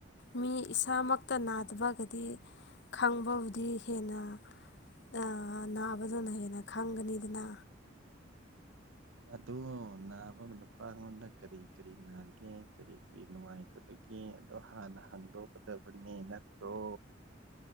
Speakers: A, on the left; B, on the right.
A: ꯃꯤ ꯏꯁꯥꯃꯛꯀ ꯅꯥꯗꯕꯒꯗꯤ ꯈꯪꯕꯕꯨꯗꯤ ꯍꯦꯟꯅ꯫ ꯑ____ ꯅꯥꯕꯗꯨꯅ ꯍꯦꯟꯅ ꯈꯪꯒꯅꯤꯗꯅ꯫
B: ꯑꯣ ꯅꯥꯕ ꯅꯨꯄꯥ ꯑꯩꯉꯣꯟꯗ ꯀꯔꯤ ꯀꯔꯤ ꯅꯥꯒꯦ ꯀꯔꯤ ꯀꯔꯤ ꯅꯨꯡꯉꯥꯏ ꯑꯗꯒꯤ ꯑꯗꯣ ꯍꯥꯟꯅ ꯍꯥꯡꯗꯣꯛꯀꯗꯕꯅꯤ ꯅꯠꯇ꯭ꯔꯣ?